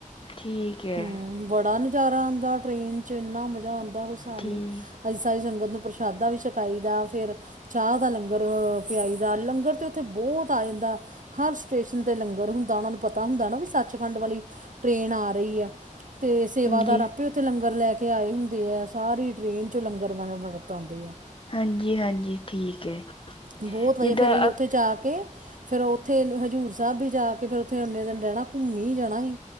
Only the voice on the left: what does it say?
ਠੀਕ ਹੈ
ਠੀਕ
ਹਾਂਜੀ
ਹਾਂਜੀ-ਹਾਂਜੀ, ਠੀਕ ਹੈ।
ਜਿੱਦਾਂ
ਅਪ-